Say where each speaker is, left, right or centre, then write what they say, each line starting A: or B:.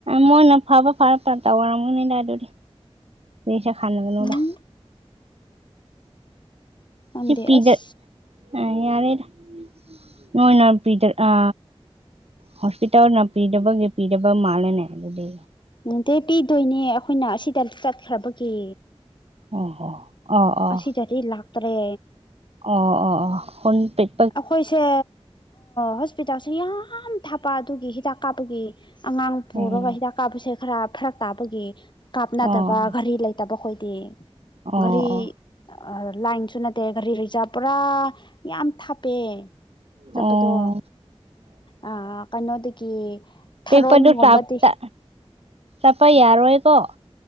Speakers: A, on the right; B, on the left.
A: ꯃꯣꯏꯅ ꯐꯕ ꯐꯔ ꯐ ꯇꯧꯔꯝꯒꯅꯤꯗ ꯑꯗꯨꯗꯤ ꯀꯩꯁꯨ ꯈꯟꯒꯅꯨꯗ
B: ꯎꯝ ꯈꯪꯗꯦ
A: ꯁꯤ ꯄꯤꯗ
B: ꯑꯁ
A: ꯑ ꯌꯥꯔꯦꯗ ꯅꯣꯏꯅ ꯄꯤꯗꯔ ꯑ ꯍꯣꯁꯄꯤꯇꯥꯜꯅ ꯄꯤꯗꯕꯒꯤ ꯄꯤꯗꯕ ꯃꯥꯜꯂꯦꯅꯦ ꯑꯗꯨꯗꯤ
B: ꯅꯠꯇꯦ ꯄꯤꯗꯣꯏꯅꯦ ꯑꯈꯣꯏꯅ ꯑꯁꯤꯗ ꯆꯠꯈ꯭ꯔꯕꯒꯦ
A: ꯑꯣ ꯍꯣ ꯑꯣ ꯑꯣ
B: ꯑꯁꯤꯗꯗꯤ ꯂꯥꯛꯇꯔꯦ
A: ꯑꯣ ꯑꯣ ꯑꯣ ꯍꯣꯟ ꯄꯦꯠ
B: ꯑꯈꯣꯏꯁꯦ ꯍꯣꯁꯄꯤꯇꯥꯜꯁꯦ ꯌꯥꯝ ꯊꯥꯞꯄ ꯑꯗꯨꯒꯤ ꯍꯤꯗꯥꯛ ꯀꯥꯞꯄꯒꯤ ꯑꯉꯥꯡ ꯄꯨꯔꯒ
A: ꯎꯝ
B: ꯍꯤꯗꯥꯛ ꯀꯥꯞꯄꯁꯦ ꯈꯔ ꯐꯔꯛ ꯇꯥꯕꯒꯤ ꯀꯥꯞꯅꯗꯕ
A: ꯑꯣ
B: ꯒꯥꯔꯤ ꯂꯩ ꯇꯕ ꯈꯣꯏꯗꯤ
A: ꯑꯣ
B: ꯒꯥꯔꯤ
A: ꯑꯣ
B: ꯑ ꯂꯥꯏꯟꯁꯨ ꯅꯠꯇꯦ ꯒꯥꯔꯤ ꯔꯤꯖꯥꯞ ꯄꯨꯔꯥ ꯌꯥꯝ ꯊꯥꯞꯄꯦ ꯆꯠꯄꯗꯣ
A: ꯑꯣ
B: ꯑꯥ ꯀꯩꯅꯣꯗꯒꯤ ꯊꯥꯔꯣꯟꯒꯨꯝꯕꯗꯤ
A: ꯄꯦꯄ꯭ꯔꯗꯨ ꯆꯥꯞꯇ ꯆꯞꯄ ꯌꯥꯔꯣꯏꯀꯣ